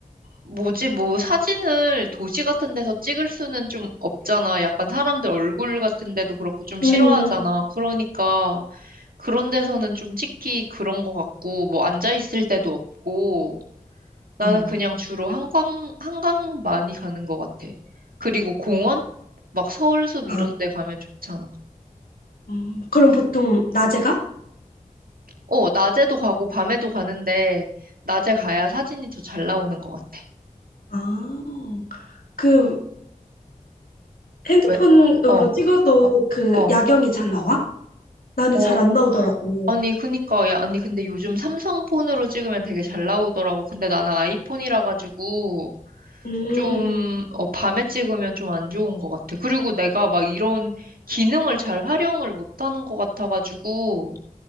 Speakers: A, on the right; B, on the left.
A: 뭐지, 뭐, 사진을 도시 같은 데서 찍을 수는 좀 없잖아. 약간 사람들 얼굴 같은 데도 그렇고 좀 싫어하잖아.
B: 음,
A: 그러니까, 그런 데서는 좀 찍기 그런 거 같고, 뭐, 앉아있을 때도 없고, 나는
B: 어,
A: 그냥 주로 한강, 한강 많이 가는 것 같아. 그리고 공원? 막 서울숲
B: 아,
A: 이런 데 가면 좋잖아.
B: 음. 그럼 보통 낮에 가?
A: 어, 낮에도 가고 밤에도 가는데, 낮에 가야
B: 음.
A: 사진이 더 잘 나오는 것 같아.
B: 아, 그 핸드폰으로
A: 왜? 어,
B: 찍어도 그
A: 어,
B: 야경이 잘 나와? 나는
A: 어.
B: 잘
A: 어,
B: 안 나오더라고.
A: 아니, 그니까, 야, 아니, 근데 요즘 삼성 폰으로 찍으면 되게 잘 나오더라고. 근데 나는 아이폰이라 가지고,
B: 음,
A: 좀, 어, 밤에 찍으면 좀 안 좋은 것 같아. 그리고 내가 막 이런 기능을 잘 활용을 못하는 것 같아가지고,